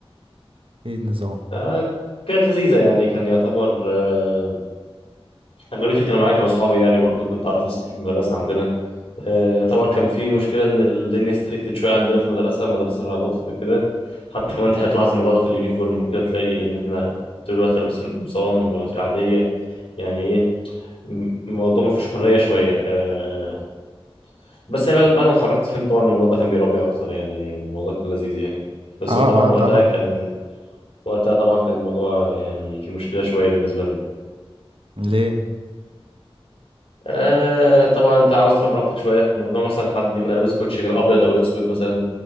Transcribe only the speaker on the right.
ايه النظام
اه
اه
طبعا
ليه